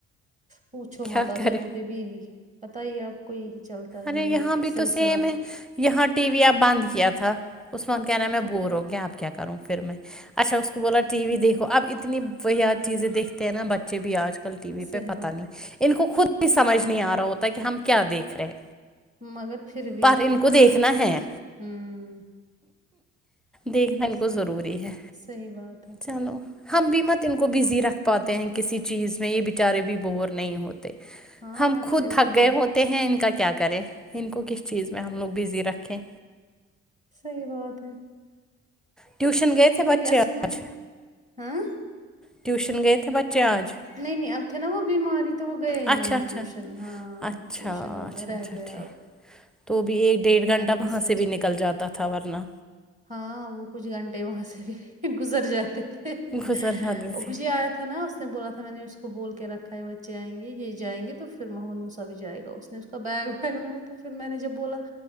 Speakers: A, on the right; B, in the centre.
A: پوچھو
B: کیا
A: مت
B: کرے
A: یہاں پہ بھی یہی پتہ ہی ہے آپ کو یہی چلتا ہے
B: ارے
A: یہی
B: یہاں بھی
A: سلسلہ
B: تو سیم ہے یہاں ٹی وی اب بند کیا تھا اس وقت کہہ رہا ہے
A: اچھا
B: میں بور ہو گیا اب کیا کروں پھر میں اچھا اس کو بولا ٹی وی دیکھو اب اتنی بیاار چیزیں دیکھتے ہیں نا بچے بھی آج کل ٹی وی
A: صحیح
B: پہ پتا
A: بات
B: نہیں
A: ہے
B: ان کو خود بھی سمجھ نہیں آ رہا ہوتا کہ ہم کیا دیکھ رہے ہیں
A: مگر پھر بھی
B: پر ان کو دیکھنا ہے
A: ہوں
B: دیکھنا ان
A: صحیح
B: کو ضروری ہے
A: صحیح بات ہے
B: چلو ہم بھی مت ان کو بزی رکھ پاتے ہیں کسی چیز میں یہ بیچارے بھی بور نہیں ہوتے
A: ہاں
B: ہم
A: ایکٹیویٹیز
B: خود تھک گئے
A: میں
B: ہوتے ہیں ان کا کیا کریں ان کو کس چیز میں ہم لوگ بزی رکھیں
A: صحیح بات ہے
B: ٹیوشن گئے
A: ان
B: تھے بچے
A: کے لیے اصل
B: آج
A: میں ہاں
B: ٹیوشن گئے تھے بچے آج
A: نہیں نہیں اب تھے نا وہ بیماری تو وہ گئے ہی
B: اچھا
A: نہیں
B: اچھا
A: ٹیوشن ہاں
B: اچھا
A: ٹیوشن انو
B: اچھا
A: رہ
B: اچھا
A: گیا
B: ٹھیک
A: اب
B: تو بھی ایک ڈیڑھ گھنٹہ
A: میں نے
B: وہاں
A: سوچا
B: سے بھی نکل جاتا تھا ورنہ
A: ہاں وہ کچھ گھنٹے وہاں سے بھی گزر جاتے تھے وہ
B: گزر جاتے
A: ابو
B: تھے
A: جی آیا تھا نا اس نے بولا تھا میں نے اس کو بول کے رکھا ہے بچے آئ گے یہ جیں گے تو پھر محمد موسا بھی جائے گا اس نے کا بیگ ویگ لایا تو پھر میں نے جب بولا